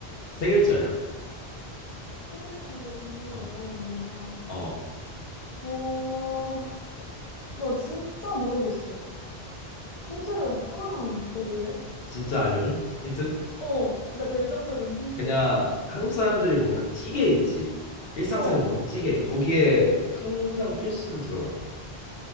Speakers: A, on the left (about 70°); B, on the left (about 45°).
A: 세 글자야.
B: 팔 글자인데 국물에
A: 어,
B: 넣어 먹는다.
A: 어.
B: 어, 나 진짜 모르겠어. 힌트를 하나만 더 줄래?
A: 진짜 알려줘? 힌트?
B: 어, 진짜 결정적인 힌트.
A: 그냥 한국 사람들이 먹는 찌개 있지. 일상생활에서
B: 어,
A: 먹는 찌개. 거기에 항상 필수로 들어가.